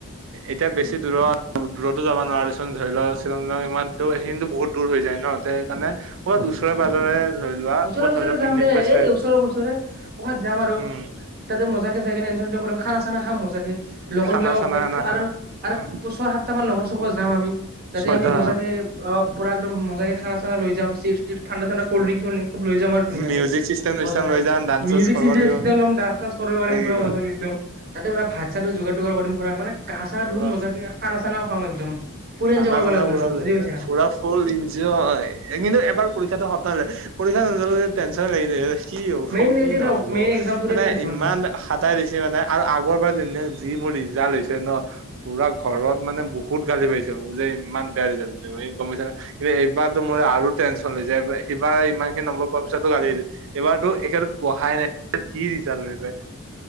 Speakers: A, on the right; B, on the right.
A: এতিয়া বেছি দূৰত দূৰতো যাবা। নোৱাৰিচোন ধৰি লওক শ্বিলং ইলং ইমানতো সখিনো বহুত দূৰ হৈ যায় নহ ত সেইকাৰণে কৰবাত উচৰে পাজৰে ধৰি লোৱা
B: ওচৰে
A: ক'ৰবাত
B: পওচৰে
A: ধৰি লোৱা
B: যাম
A: পিকনিক
B: দে
A: প্লেচ
B: এই ওচৰেৰে পওজৰে ক'ৰবাত যাম আৰু
A: উম
B: ইতে মজা চাগে এ কৰিম খান চানা খাম চাগে লগৰ
A: খানা
B: বিলাকক
A: চানা না
B: আৰু
A: অ
B: ছয় সাতটা মান লগৰ চকৰ যাম আমি যাতে
A: ছয়টা
B: আমি মজাকে অ পুৰা একমজাকে খানা চানা লৈ যাম চিপছ চিপ ঠাণ্ডা ঠাণ্ডা কল্ড
A: অ
B: ড্ৰিংক চলড্ৰিংক। সব লৈ যাম আৰু ধুনীয়াকে
A: মিউজিক চিষ্টেম চিষ্টেম
B: মজাকে
A: লৈ যাম ডান্স চান্স
B: মিউজিক
A: কৰিব
B: চিউজিক
A: লাগিব
B: চিষ্টেম ডান্স চান্স কৰিব পাৰম
A: নে কি
B: পুৰা মজাকে একদম। তাতে পুৰা ভাত চাতটো যোগাৰ যোগাৰ কৰি পুৰা মানে। গা চা ধুম
A: ৰোৱা
B: মজাকে খানা চানাও খাম একদম। ফুল এনজয়
A: খানা
B: কৰিব
A: চানা
B: লাগিব
A: পুৰা
B: একদম
A: বিন্দাছ
B: বুজি পাইছা।
A: পুৰা ফুল ইঞ্জয় কিন্তু এবাৰ পৰীক্ষাটো সমাপ্ত হলে পৰীক্ষা নোযোৱা লৈকে টেনচনে লাগি যাই হৈ কি
B: মেইন
A: হ'ব
B: এইটোৱেতো
A: কি নহ'ব
B: মেইন এক্সামটোৰে
A: মানে
B: টেনচন
A: ইমান হাতাই দিছে মানে আৰু আগৰ পৰা যেন যি মোৰ। ৰিজাল্ট দিছে ন',? পুৰা ঘৰত মানে বহুত গালি পাৰিছে যে', ইমান বেয়া ৰিজাল্ট পাইছে গম পাইছাঁ নে ', নাই কিন্তু এইবাৰতো মোৰ আৰু টেনশ্যন লৈছে এইবাৰ হিবাৰ ইমান খিনি নম্বৰ পোৱাৰ পিছতো গালি আহিছে, এইবাৰতো একখেত পঢ়াই নাই কি ৰিজাল্ট পাই